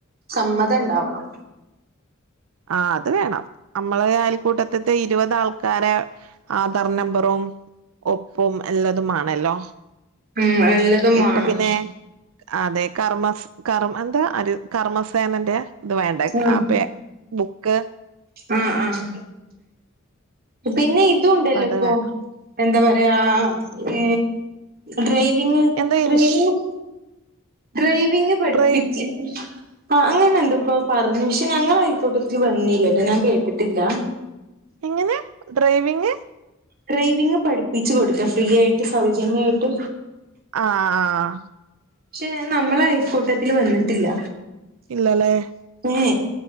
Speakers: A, on the right; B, on the right.
A: സമ്മതണ്ടാവണം
B: ആഹ് അത് വേണം നമ്മളെ അയൽക്കൂട്ടത്ത്ത്തെ ഇരുപത് ആൾക്കാരെ ആധാർ നമ്പറും ഒപ്പും എല്ലാതുമേ ണോല്ലൊ
A: ഉം എല്ലതും വേണം
B: ഇപ്പൊ പിന്നെ അതെ കർമ്മസ് കർ എന്താ ഹരി കർമ്മസേനന്റെ ഇത് വേണ്ടെ
A: ഉം
B: ആപേ ബുക്ക്
A: ആഹ് ആഹ് പിന്നെ ഇതുണ്ടല്ലോപ്പൊ
B: അത് വേണം
A: എന്താ പറയാ ഏ ഡ്രൈവിങ്
B: എന്താ
A: ഡ്രൈവിങ്
B: ഇൻഷ്
A: ഡ്രൈവിങ് പഠിപ്പിച്ച്
B: ഡ്രൈവ്
A: ആഹ് അങ്ങനെന്തൊക്കോ പറഞ്ഞ് പക്ഷെ ഞങ്ങളയൽക്കൂട്ടത്തിൽ വന്നീല്ലട്ടൊ ഞാൻ കേട്ടിട്ടില്ല
B: എങ്ങനെ ഡ്രൈവിങ്
A: ഡ്രൈവിങ് പഠിപ്പിച്ച് കൊടുക്കാ ഫ്രീ ആയിട്ട് സൗജന്യായിട്ട്
B: ആഹ് ആഹ്
A: പക്ഷെ അത് നമ്മളെ അയൽക്കൂട്ടത്തില് വന്നിട്ടില്ല
B: ഇല്ലല്ലേ
A: ഏ